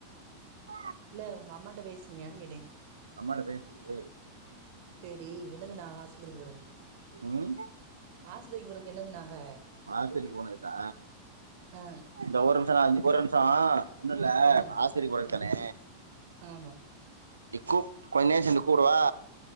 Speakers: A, on the right; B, on the right.
A: ஆ
B: இல்ல உங்க அம்மாட்ட பேசுனியனு கேட்டே
A: அம்மாட்ட பேசுலியே
B: சேரி என்ன சொன்னாக ஆஸ்பத்திரிக்கி போறதுக்கு
A: ம்
B: ஆஸ்பத்திரிக்கி போறதுக்கு என்ன சொன்னாங்க
A: ஆஸ்பத்திரி போனதுக்கா
B: ஆ
A: இந்த ஒரு நிமிஷோ நா இது ஒரு நிமிஷோ ஒண்ணுல்ல
B: ஆ
A: இப்ப ஆஸ்பத்திரிக்கி போரதுக்
B: ஆ
A: தானே
B: ஆமா
A: இக்கு கொஞ்ச நேரோ சென்டு கூப்டவா